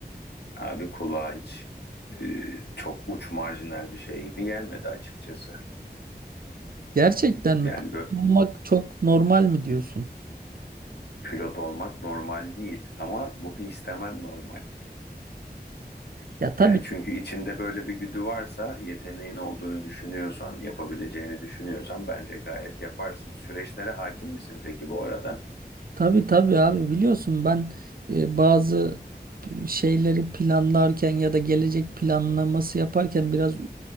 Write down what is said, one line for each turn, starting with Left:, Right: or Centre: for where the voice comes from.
Left: abi kulağa hiç e, çok uç marjinal bir şey gibi gelmedi açıkçası.
Right: Gerçekten mi?
Left: Yani
Right: Pilot
Left: böyle
Right: olmak çok normal mi diyorsun?
Left: pilot olmak normal değil ama bunu istemen normal.
Right: Ya tabii.
Left: Yani çünkü içinde böyle bir güdü varsa, yeteneğin olduğunu düşünüyorsan, yapabileceğini düşünüyorsan bence gayet yaparsın. Süreçlere hakim misin peki bu arada?
Right: Tabii tabii abi biliyorsun ben e, bazı şeyleri planlarken ya da gelecek planlaması yaparken biraz e,